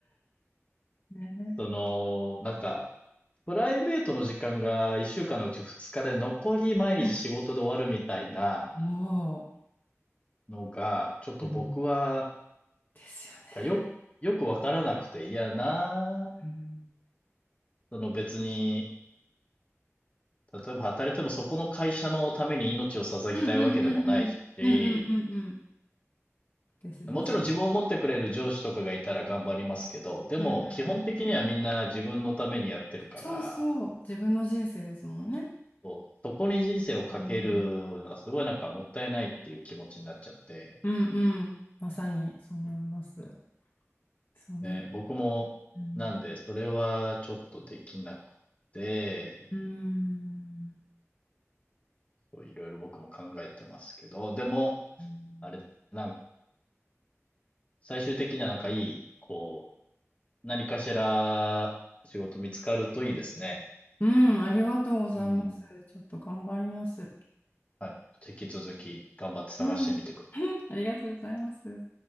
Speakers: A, on the left; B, on the left.
A: うん。ね。
B: その、なんか、プライベートの時間が一週間のうち二日で残り毎日仕事で終わるみたいな、
A: うんも
B: のが、ちょっと僕は、
A: う、うん、ですよね。
B: よ、よくわからなくて、いやな、
A: うん、
B: その別に、例えば働いてもそこの会社のために命を捧ぎたいわけでもないし、
A: うんうんうんうんうんうんうんうんですです。
B: もちろん自分を持ってくれる上司とかがいたら頑張りますけど、でも基本的にはみんな自分のためにやってるから、
A: うんうんうんうん。そうそう、自分の人生ですもんね。
B: そうそこに人生をかけるのはすごいなんかもったいないっていう気持ちになっちゃって、
A: うんうんうん。まさにそう思います。その、
B: ね、僕もなんでそれはちょっとできなくて、
A: うんうーん。
B: こういろいろ僕も考えてますけど、でも、
A: うん
B: あれですね、なんか、最終的にはなんかいい、こう、何かしら仕事見つかるといいですね。
A: うん、ありがとうございます。
B: うん。
A: ちょっと頑張ります。
B: はい。引き続き頑張って探してみてください。
A: うん。<laughs> ありがとうございます。